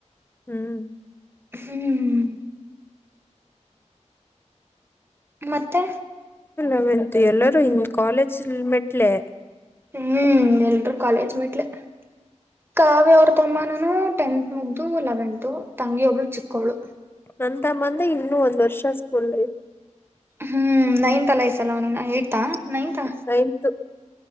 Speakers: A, on the left (about 20°); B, on the right (about 20°).
A: ಹ್ಮ್.
B: ಹ್ಮ್ ಮತ್ತೆ.
A: ಲೆವೆಂಥ್ ಎಲ್ಲರೂ ಇನ್ ಕಾಲೇಜ ಮೆಟ್ಲೆ.
B: ಹ್ಮ್ ಎಲ್ರು ಕಾಲೇಜ್ ಮಟ್ಲೆ. ಕಾವ್ಯ ಅವರ ತಮ್ಮನನು ಟೆಂತ್ ಮುಗ್ದು ಲೆವೆಂತೂ ತಂಗಿ ಒಬ್ಳು ಚಿಕ್ಕವಳು.
A: ನನ್ನ ತಮ್ಮಂದೇ ಇನ್ನುೂ ಒಂದ ವರ್ಷ ಸ್ಕೂಲ್ ಐತ.
B: ಹ್ಮ ನೈಂತ ಅಲ್ಲ ಈ ಸಲ ಅವನ ಇನ್ನ ಏಡ್ತಾ ನೈಂತಾ.
A: ನೈನ್ತ್